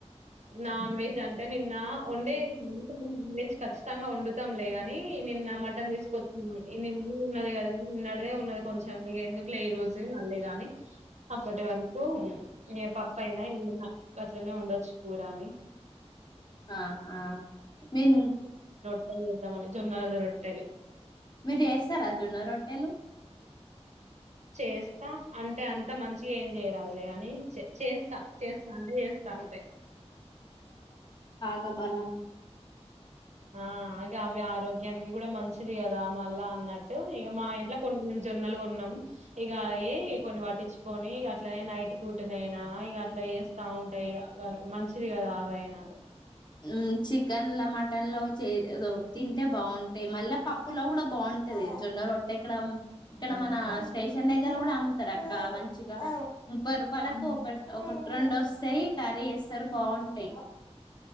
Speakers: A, on the right (about 85°); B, on the left (about 40°).
A: నాన్ వెజ్ అంటే నిన్న ఉండే <unintelligible> నాన్ వెజ్ ఖచ్చితంగా వొండు తం లే గాని నిన్న మటన్ తీసుకొచ్చిన్ నిన్ ఉ ఉన్నది కదాని ఉన్నడ్ దే ఉన్నది కొంచెం ఇగ ఎందు ట్లే ఈ రోజు మళ్ళీ గాని అప్పటి వరకు ఈ పప్ పైన ఎందనా గట్లనే ఉండొచ్చు కూరా అని
B: ఆ ఆ మీన్
A: రొట్ట లు చేదాం జొన్నాలది రొట్టేలే
B: మీరు చేస్తారా జోన్న రొట్టలు
A: చేస్ అంటే అంత మంచిగా ఏం చేయరాదులే ని చేస్తా చేస్తా అంటే చేస్తా అంటే
B: గా బలం
A: ఆ అగే అవి ఆరోగ్యానికి కూడా మంచిది కదా మళ్ళా అన్న టు ఇగ మా ఇంట్లో కొన్ని జొన్నలు కొన్నాం ఇక అ కొన్ని పటించుకొని ఇక అట్ల నైట్ పూటన అయినా ఇక అట్లా చేస్తా ఉంటాయి ఇ మంచిది కదా అగ అయినా
B: హ్మ్ చికెన్ లో మటన్ లో చే తింటే బాగుంటాయి మళ్ళా పప్పులో కూడా బాగుంటది జొన్న రొట్టె ఇక్కడ ఇక్కడ
A: హ్మ్.
B: మన
A: అ
B: స్టేషన్ దగర కూడా అమ్ముతారు అక్క మంచిగా ముప్పై రూపాయలకు
A: హ్మ్.
B: ఒక ఒక రెండు వస్తాయి కర్రీ చేస్తారు బాగుంటాయి